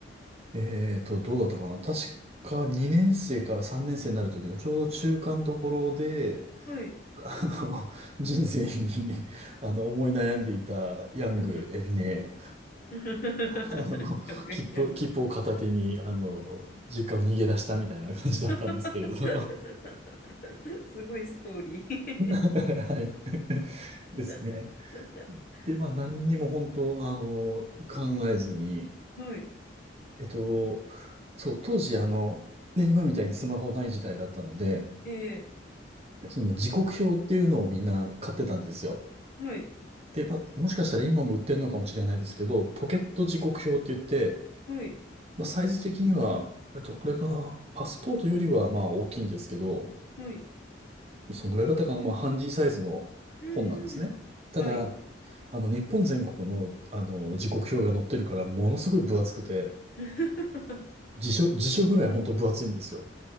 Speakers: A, on the right; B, on the left.
A: えーと、どうだったかな確か2年生から3年生になる時のちょうど中間どころで、
B: はい。
A: あの、人生に、あの、思い悩んでいたヤング、
B: うんうん
A: エビネ、
B: <laughs>
A: あの、
B: やぐやぐ
A: 切符、切符を片手に、あの、実家を逃げ出したみたいな感じだったんですけれど。
B: <laughs>
A: <laughs>
B: すごいストーリー
A: はい。ですね。
B: <laughs>
A: で、まあ、何にも本当、あの、考えずに、
B: はい。
A: えっと、そう、当時、あの、ね、今みたいにスマホない時代だったので、
B: ええ
A: その時刻表っていうのをみんな買ってたんですよ。
B: はい。
A: で、まあ、もしかしたら今も売ってるのかもしれないですけど、ポケット時刻表って言って、
B: はい、
A: まあ、サイズ的には、あれとこれかな、パスポートよりはまあ大きいんですけど、
B: はい、
A: そのぐらいだったかな、まあ、ハンディサイズの本なんですね。
B: うーん。
A: ただ、
B: はい。
A: あの、日本全国の、あの、時刻表が載ってるから、ものすごい分厚くて、
B: <laughs>
A: 辞書、辞書ぐらい本当分厚いんですよ。